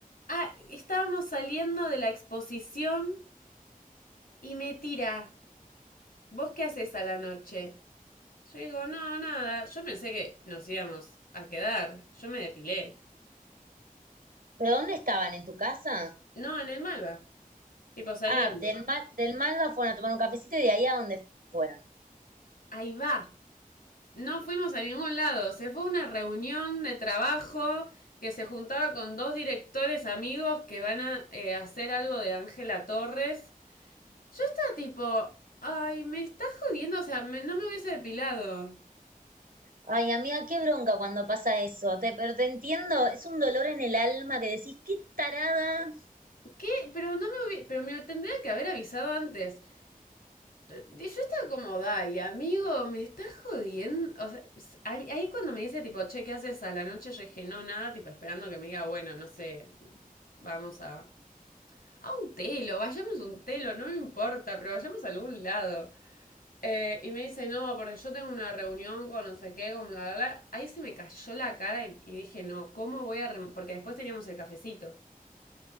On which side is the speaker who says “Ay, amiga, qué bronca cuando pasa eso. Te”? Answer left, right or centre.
Right